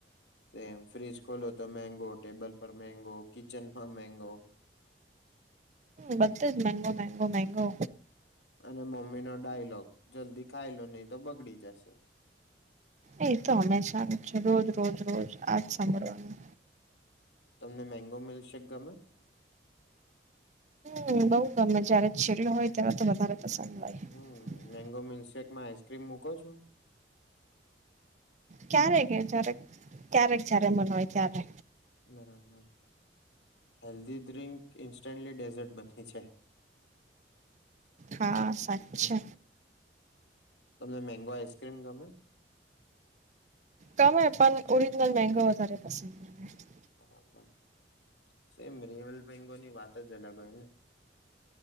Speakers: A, on the left; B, on the right.
A: સેમ ફ્રીજ ખોલો તો મેંગો ટેબલ પર મેગો કિચનમાં મેગો
B: બધે જ મગો મંગો મંગો.
A: અને મમ્મી નો ડાયલોગ જલ્દી ખાય લો નહી તો બગડી જશે.
B: એ તો હંમેશા નુ છે રોજ રોજ રોજ આજ સાંભળવાનું.
A: તમને મેગો સેક ગમે?
B: હમ બઉુ ગમે જયારે છેલ્લો હોય ત્યારે તો વધારે પસંદ. <unintelligible>
A: હમ મેંગો મિલ્કશેેકમાં આઈસક્રીમ મૂકો છો?
B: ક્યારે કે જ્યારે ક્યારેક જયારે મન હોય ત્યારે.
A: બરાબર હેલ્ધી ડ્રિંક ઈન્સ્ટન્ટલી ડેઝર્ટ બની જાય.
B: હા સાચે.
A: તમને મેગો આઈસક્રીમ ગમે?
B: ગમે પણ ઓરિજનલ મેગો વધારે પસંદ મને.
A: <unintelligible> સેમ રિયલ મેગોની વાત જ અલગ હોય ને